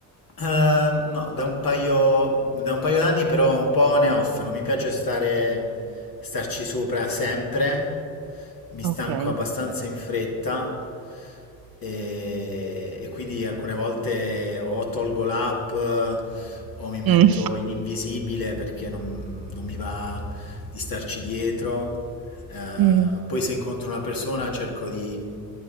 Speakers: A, on the left; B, on the right.
A: Eh, no, da un paio, da un paio d'anni però un po' on e off, non mi piace stare, starci sopra sempre, mi
B: Ok.
A: stanco abbastanza in fretta e, e quindi alcune volte o tolgo l'app eh, o mi metto
B: Mm,
A: in invisibile perché non, non mi va di starci dietro. Eh,
B: mm,
A: poi se incontro una persona cerco di